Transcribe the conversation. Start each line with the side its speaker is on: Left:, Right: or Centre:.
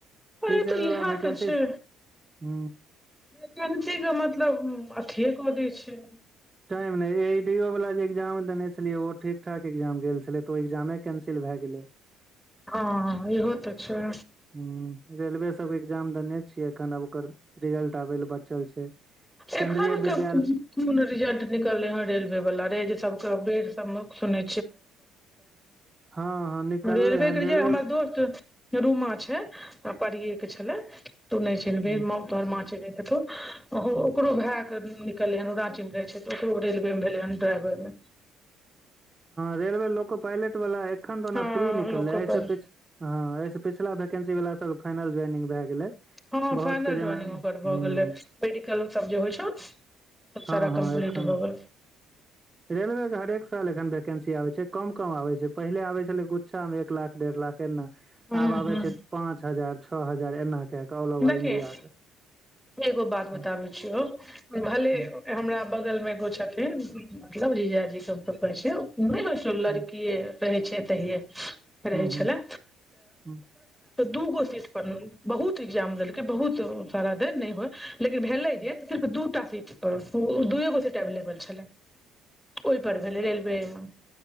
Centre: अरे
Right: टीचर
Centre: तऽ इएह
Right: व भैकेन्सी
Centre: तऽ छै
Right: हु
Centre: वैकेंसी के मतलब अथिए क दै छै।
Right: टाइम नहि ए। डी ओ वाल जेग्जाम देने छलियै ओ ठीक ठाक एग्जाम गेल छलै तऽ ओ एग्जामे कैंसिल भए गेलै
Centre: हँ लहो तऽ छै।
Right: ह रेलवे सबके एग्जाम देने छियै एखन ओकर रिजल्ट आबै लए बचल छै।
Centre: एखन
Right: केन्द्रीय विद्यालय
Centre: के कोन रिजल्ट निकललै हँ रेलवे वाला रहे जे सबके बे हन
Right: हां हां निकललै
Centre: रेलवे
Right: हन
Centre: कर रहि हमर
Right: हुं
Centre: दोस्त रूमा छै परियए के छले तू नहि छ।
Right: हुं
Centre: औतोहर मा हेतौ ओकरो
Right: हुं
Centre: भए क निकलै हन ओ राज्य मे रहै छै तऽ ओकरो रेलवे मे भेलै ह ड्राइवर मे
Right: रेलवे लोको पायलट वला एखन तऽ ओना
Centre: हँ
Right: फ्री निकललै
Centre: लोकल
Right: एहिसँ पछ। हँ एहिस पिछला वैकेंसी वला सबके फाइनल ज्वाइनिंग भए गेलै।
Centre: हँ
Right: बहुत
Centre: फाइनल
Right: के जेना
Centre: ज्वइनिंग
Right: हुं
Centre: ओकर भऽ गेलै मेडिकल सब जे होइ छौ। सब
Right: हँ
Centre: सारा
Right: हँ
Centre: कम्प्लीट
Right: एखन
Centre: भऽ गेल।
Right: रेलवे के हरेक साल वैकेंसी आब छै कम कम आबे छै पहिलेबै छलै गुच्ा मे एक लाख डेढ़ लाख। केना
Centre: हूँ
Right: आब आबे
Centre: हूँ
Right: छै पाँच हजार छओ हजार एना क के ऑल ओवर
Centre: देखी
Right: इंडिया के
Centre: एगो बात बताबै
Right: हूँ
Centre: छ। ऋ भले
Right: हूँ
Centre: हमरा बगल मे एगो छथिन मतलब जीजाजी के कहै छै। लड़कीए
Right: हूँ
Centre: रहै छै तहिे रहै
Right: हूँ
Centre: छले।
Right: हूँ
Centre: दूगो सीट पर बहुत एग्जाम देलकै बहुत सारा दे नहि होइ लेकिन भेलै
Right: हूँ
Centre: जे सिर्फ दू पर दूए गोसे एवलेबल छलै ओहि पर भेलै रेलवे मे।